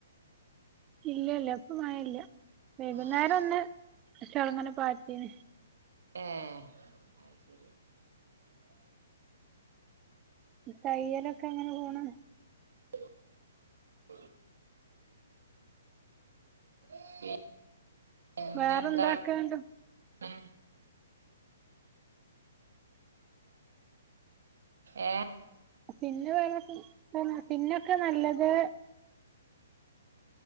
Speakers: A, on the right; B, on the right.
A: ഇല്ല ഇല്ല ഇപ്പ മയല്ല വൈകുന്നേര
B: ആഹ്
A: ഒന്ന് പഷേ അവിടങ്ങനെ പാറ്റീന്
B: ഏ അഹ് ശരി
A: തയ്യലൊക്കെ എങ്ങനെ പോണ്
B: <inaudible> <inaudible> പിന്നെ
A: വേറെന്താക്കണ്ട്
B: എന്താണ് <inaudible> ഏ
A: പിന്നെ പിന്നൊക്കെ നല്ലത്